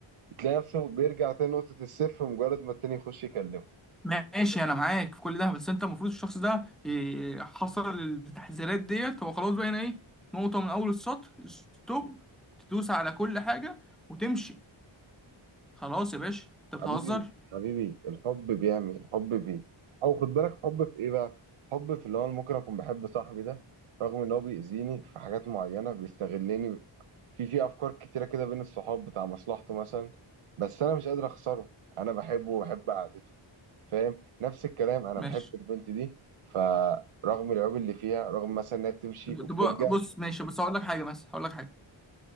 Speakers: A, on the right; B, in the centre.
A: تلاقي نفسه بيرجع تاني نقطة الصفر مجرد ما التاني يخش يكلمه
B: ماشي انا معاك في كل ده بس انت المفروض الشخص ده آه، حصل التحذيرات ديت هو خلاص بقى هنا ايه نقطه من اول السطر ستوب تدوس على كل حاجه وتمشي خلاص يا باشا انت
A: حبيبي
B: بتهزر
A: حبيبي الحب بيعمي الحب بي أو خد بالك حب في إيه بقى؟ حب في اللي هو أنا ممكن أكون بحب صاحبي ده رغم إن هو بيأذيني في حاجات معينة بيستغلني في في أفكار كتيرة كده بين الصحاب بتاع مصلحته مثلا بس أنا مش قادر أخسره أنا بحبه وبحب قعدته فاهم؟ نفس الكلام أنا
B: ماشي
A: بحب البنت دي فرغم العيوب اللي فيها رغم مثلا إنها بتمشي
B: طب-
A: وبترجع
B: طب بص ماشي بس هقول لك حاجه مثلا هقول لك حاجه